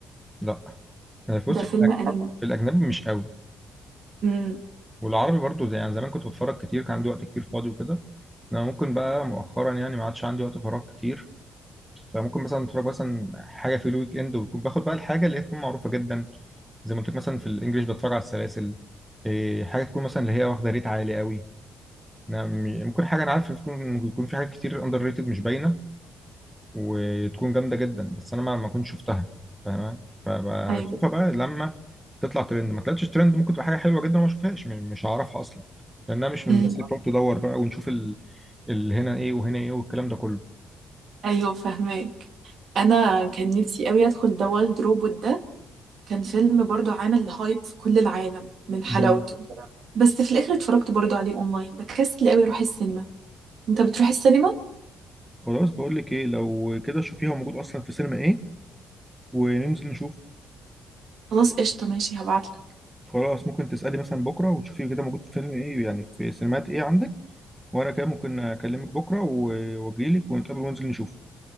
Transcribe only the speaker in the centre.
لا أنا في
بص
في الأج-
في الاجنبي مش قوي
والعربي برضو زي يعني زمان كنت بتفرج كتير كان عندي وقت كتير فاضي وكده انا ممكن بقى مؤخرا يعني ما عادش عندي وقت فراغ كتير فممكن مثلا اتفرج مثلا حاجه في الويك اند وبكون باخد بقى الحاجه اللي هي تكون معروفه جدا زي ما قلت لك مثلا في الانجليش بتفرج على السلاسل إيه، حاجه تكون مثلا اللي هي واخده ريت عالي قوي أنا م- ممكن حاجه انا عارف يكون يكون في حاجات كتير اندر ريتد مش باينه وتكون جامده جدا بس انا ما ما كنتش شفتها فاهمه فبشوفها
بقى لما تطلع ترند ما طلعتش ترند ممكن تبقى حاجه حلوه جدا وما اشوفهاش م- مش هعرفها اصلا لانها مش من
الناس اللي بتقعد تدور بقى ونشوف ال... ال هنا ايه وهنا ايه والكلام ده كله
مم.
خلاص بقول لك ايه لو كده شوفيه هو موجود اصلا في سينما ايه وننزل نشوف
خلاص ممكن تسألي مثلا بكره وتشوفي كده موجود في فيلم ايه يعني في سينمات ايه عندك وانا كده ممكن اكلمك بكره و- واجيلك ونتقابل وننزل نشوف